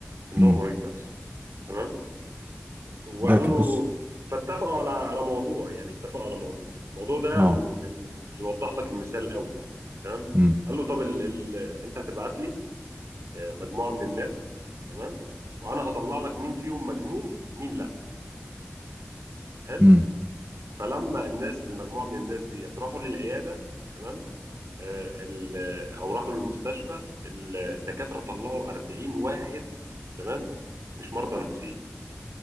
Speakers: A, on the right (about 80°); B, on the right (about 40°).
A: إن
B: مم.
A: هو مريض نفسي تمام وقال
B: ده ك-
A: له
B: بص
A: فاتفقوا على على موضوع يعني اتفقوا على موضوع الموضوع ده
B: اه
A: م- يعني يوضح لك المثال قوي تمام
B: مم.
A: قال له طب ال... ال... انت هتبعت لي آه، مجموعة من الناس تمام وانا هطلع لك مين فيهم مجنون ومين لا حلو
B: مم.
A: فلما الناس المجموعه من الناس ديت راحوا للعياده تمام آه، ال- او راحوا للمستشفى الدكاتره طلعوا 40 واحد تمام مش مرضى نفسيين